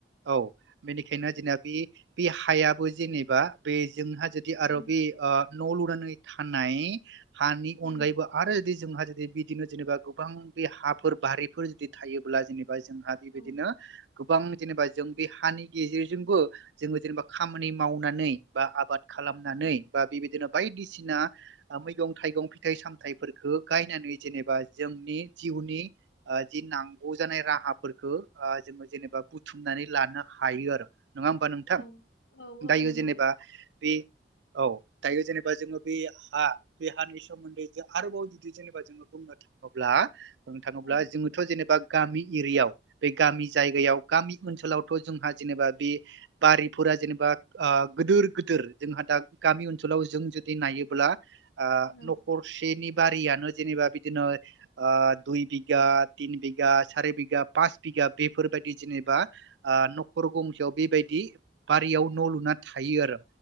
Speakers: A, on the right; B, on the left.
A: औ। बेनिखायनो जैना बे बे हायाबो जेनेबा बे जोंहा जोदि
B: उम
A: आरो बे ओ न' लुनानै थानाय हानि
B: उम
A: अनगायैबो आरो जोदि जोंहा जुदि बिदिनो जेनेबा गोबां बे हाफोर बारिफोर जुदि थायोब्ला जेनेबा जोंहा बेबायदिनो
B: औ
A: गोबां जेनेबा जों बे हानि गेजेरजोंबो जोङो जेनेबा खामानि मावनानै बा आबाद खालामनानै
B: औ
A: बा बेबायदिनो बायदिसिना आ मैगं-थाइगं फिथाइ-सामथायफोरखो गायनानै जेनेबा जोंनि जि उनि जि नांगौ जानाय राहाफोरखो ओ जोङो जेनेबा बुथुमनानै लानो हायो आरो। नङा होमबा नोंथां?
B: औ औ औ
A: दायो
B: नंगौ
A: जेनेबा बे औ। दायो जेनेबा जोङो बे हा बे हानि सोमोन्दै जों आरोबाव जुदि जेनेबा जोङो बुंनो थाङोला बुंनो थाङोब्ला
B: औ
A: जोङोथ' जेनेबा गामि एरियायाव बे गामि जायगायाव गामि ओनसोलाव थ' जोंहा जेनेबा बे बारिफोरा जेनेबा गिदोर-गिदोर जोंहा दा गामि ओनसो लाव जों जुदि नायोब्ला आ
B: औ
A: नख'रसेनि बारियानो जेनेबा बिदिनो दुइ बिगा, तिन बिघा, सारि बिघा, पास बिघा बेफोरबायदि जेनेबा आ न'खर गंसेयाव बेबायदि बारियाव न' लुना था थायो आरो